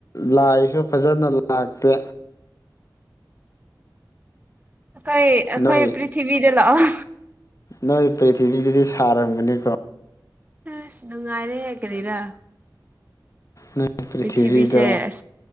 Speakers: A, on the left; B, on the right.
A: ꯂꯥꯏꯁꯨ ꯐꯖꯅ ꯂꯥꯛꯇꯦ
B: ꯑꯩꯈꯣꯏ
A: ꯅꯣꯏ
B: ꯑꯩꯈꯣꯏ ꯄ꯭ꯔꯤꯊꯤꯕꯤꯗ ꯂꯥꯛꯑꯣ
A: ꯅꯣꯏ ꯄ꯭ꯔꯤꯊꯤꯕꯤꯗꯗꯤ ꯁꯥꯔꯝꯒꯅꯤꯀꯣ
B: ꯑꯥꯏ ꯅꯨꯡꯉꯥꯏꯔꯦꯍꯦ ꯀꯔꯤꯔꯥ
A: ꯅꯣꯏ ꯄ꯭ꯔꯤꯊꯤꯕꯤꯗꯣ
B: ꯄ꯭ꯔꯤꯊꯤꯕꯤꯁꯦ ꯑꯁ